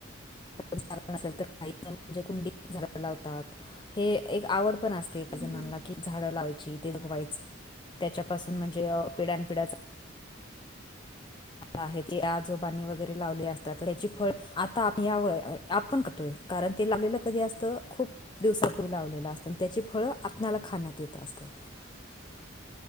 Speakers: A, on the left; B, on the right.
A: झा नसेल तर काही जण म्हणजे कुंडीत झाडं लावतात. हे एक आवड पण असते एका
B: हं,
A: जणला
B: हं.
A: कि झाडं लावायची ते जगवायच. त्याच्यापासून म्हणजे पिढ्यानपिढ्या आहे ते आजोबाणी वगैरे लावली असतात त्याची फळ आता याव.... पण करतोय कारण ते लागलेलं कधी असतं खूप.... दिवसापूर्वी लावलेला असत आणि त्याची फळं आपल्याला खाण्यात येत असतात.
B: ह <unintelligible>